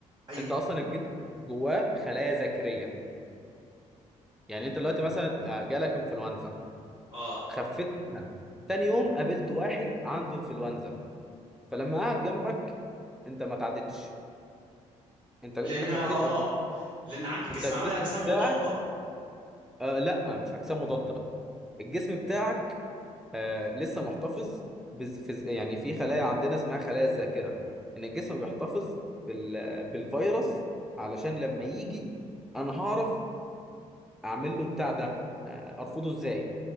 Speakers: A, on the right (about 25°); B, in the centre.
A: ايوه
B: انت اصلا الجسم جواه خلايا ذاكريه يعني انت دلوقتي مثلا آه، جالك انفلونزا
A: اه
B: خفيت منها تاني يوم قابلت واحد عنده انفلونزا فلما قعد جنبك انت ما تعدتش انت انت
A: لان
B: خفيت
A: اه آه. لان عم... الجسم
B: انت الجسم
A: عمل اجسام
B: بتاعك
A: مضاده
B: آه لا مش اجسام مضاده الجسم بتاعك آه لسه محتفظ بز... في... يعني في خلايا عندنا اسمها خلايا الذاكره ان الجسم بيحتفظ بال... بالفيروس علشان لما يجي انا هعرف اعمل له بتاع ده آه ارفضه ازاي